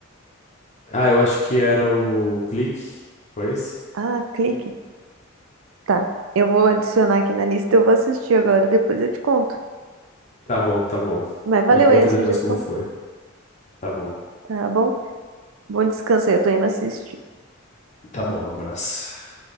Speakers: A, on the left; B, on the right.
A: Ah, eu acho que era o Clique. Foi esse?
B: Ah, clique. Tá. Eu vou adicionar aqui na lista, eu vou assistir agora, depois eu te conto.
A: Tá bom, tá bom.
B: Mas valeu
A: Me conta
B: aí a sugestão,
A: depois como foi. Tá bom.
B: tá bom? Bom descanso aí, eu tô indo assistir.
A: Tá bom, um abraço.